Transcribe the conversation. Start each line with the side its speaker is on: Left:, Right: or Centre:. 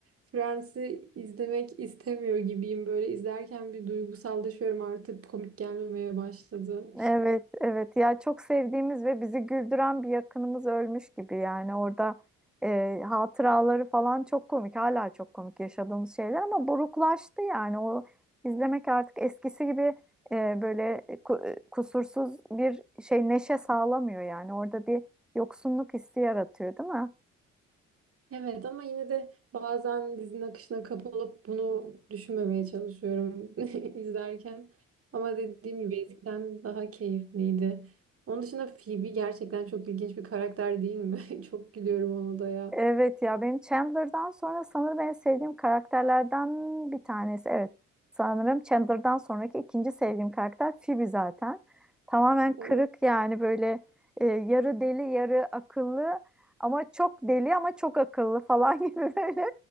Right: Friends'i izlemek istemiyor gibiyim böyle izlerken bir duygusallaşıyorum artık komik gelmemeye başladı.
Centre: Evet, evet. Ya çok sevdiğimiz ve bizi güldüren bir yakınımız ölmüş gibi yani orada e, hatıraları falan çok komik. Hala çok komik yaşadığımız şeyler ama buruklaştı yani. O izlemek artık eskisi gibi e, böyle e, ku- e, kusursuz bir şey neşe sağlamıyor yani. Orada bir yoksunluk hissi yaratıyor, değil mi?
Right: Evet ama yine de bazen dizinin akışına kapılıp bunu düşünmemeye çalışıyorum <laughs> izlerken. Ama dediğim gibi eskiden daha keyifliydi. Onun dışında Phoebe gerçekten çok ilginç bir karakter değil mi? <laughs> Çok gülüyorum ona da ya.
Centre: Evet ya benim Chandler'dan sonra sanırım en sevdiğim karakterlerden bir tanesi. Evet sanırım Chandler'dan sonraki ikinci sevdiğim karakter Phoebe zaten. Tamamen kırık
Right: Evet,
Centre: yani böyle e, yarı deli yarı akıllı ama çok deli ama çok akıllı falan <laughs> gibi böyle